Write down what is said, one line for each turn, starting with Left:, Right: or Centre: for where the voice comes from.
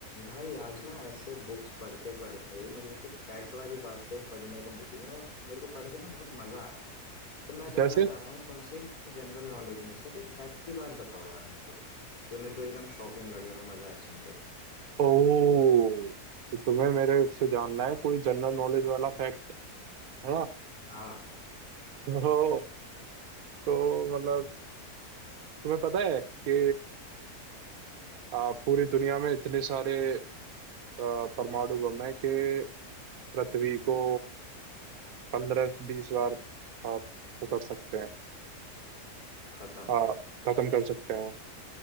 Left: भाई आज ना ऐसे बुक्स पढ़ते पढ़ते मेरे को कुछ फैक्ट वाली बातें पढ़ने को मिली और मेरे को पढ़ के ना बहुत मजा आया तो मैं जानना
Right: जैसे
Left: चाह रहा हूँ तुमसे अपने जनरल नॉलेज में से कोई फैक्ट की बात बताओ यार मेरे को तुम जो मेरे को एकदम शॉकिंग लगे और मजा आए सुन के
Right: ओ तो तुम्हें मेरे से जानना है कोई जनरल नॉलेज वाला फैक्ट है ना
Left: हाँ
Right: तो तो मतलब तुम्हें पता है कि आ, पूरी दुनिया में इतने सारे आ, परमाणु बम हैं कि पृथ्वी को पंद्रह बीस बार आ, वो कर सकते हैं
Left: खत्म
Right: आ, खत्म कर सकते हैं